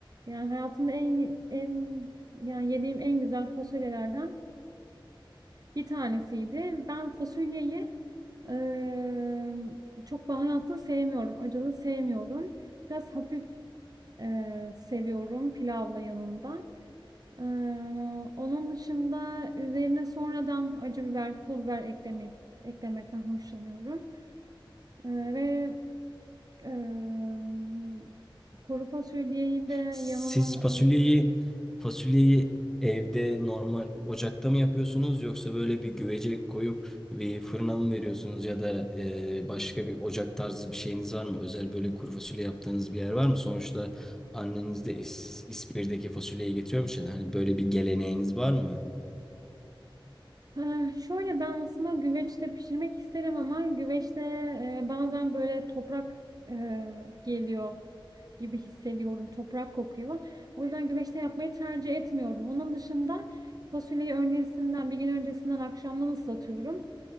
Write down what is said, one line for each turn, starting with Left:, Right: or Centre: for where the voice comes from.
Right: Yani hayatımda en en yani yediğim en güzel fasulyelerden bir tanesiydi. Ben fasulyeyi emm, çok baharatlı sevmiyorum, acılı sevmiyorum. Biraz hafif, eee, seviyorum pilavla yanında. Eee, onun dışında üzerine sonradan acı biber, pul biber eklemeyi eklemekten hoşlanıyorum. Eee, ve, emm, kuru fasulyeyi de
Centre: Siz
Right: yanına
Centre: fasulyeyi fasulyeyi evde normal ocakta mı yapıyorsunuz yoksa böyle bir güvece koyup bir fırına mı veriyorsunuz ya da e, başka bir ocak tarzı bir şeyiniz var mı? Özel böyle kuru fasulye yaptığınız bir yer var mı? Sonuçta anneniz de İs- İspir'deki fasulyeyi getiriyormuş ya da hani böyle bir geleneğiniz var mı?
Right: Eee, şöyle, ben aslında güveçte pişirmek isterim ama güveçte, eee, bazen böyle toprak, eee, geliyor gibi hissediyorum. Toprak kokuyor. O yüzden güveçte yapmayı tercih etmiyorum. Onun dışında fasulyeyi öncesinden, bir gün öncesinden akşamdan ıslatıyorum